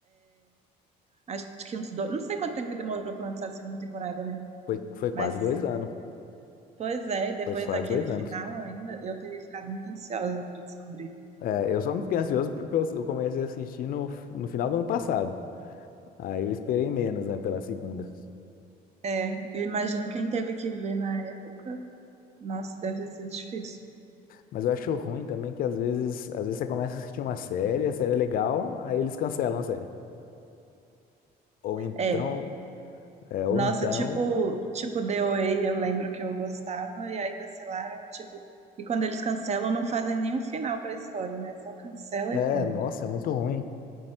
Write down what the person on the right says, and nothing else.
Acho que uns dois. Não sei quanto tempo que demorou pra lançar a segunda temporada, né?
Mas,
pois é, e depois
daquele
final
ainda, eu teria ficado muito ansiosa pra descobrir.
É, eu imagino quem teve que ver na época, nossa, deve ter sido difícil.
É,
nossa,
tipo, tipo DOA, eu lembro que eu gostava, e aí cancelaram, tipo, e quando eles cancelam, não fazem nenhum final pra história, né? Só cancela
e pronto.